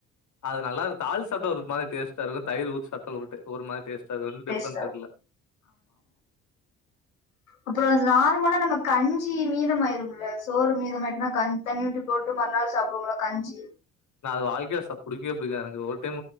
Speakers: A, on the left; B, on the left.
A: அது நல்லாக்கு தாலிச் சாப்டா ஒரு மாதிரி டேஸ்ட்டா இருக்கு தயிர் ஊச்சி சத்தல் விட்டு ஒரு மாரி டேஸ்ட்டாகது ரரெண்டு
B: டேஸ்டா
A: டிஃப்ரெண்ட் தெரில
B: இருக்கு அப்புறோ சா <unintelligible> நம்ம கஞ்சி மீதமாயிரும்ல சோறு மீதமாய்ட்ன்னா க தண்ணி ஊத்தி போட்டு மறுநாள் சாப்டுவோம்ல கஞ்சி ஆஞ்சு
A: நா அது வாழ்க்கைய ச புடிக்கேவே புடிக்காது எனக்கு ஒரு டைம்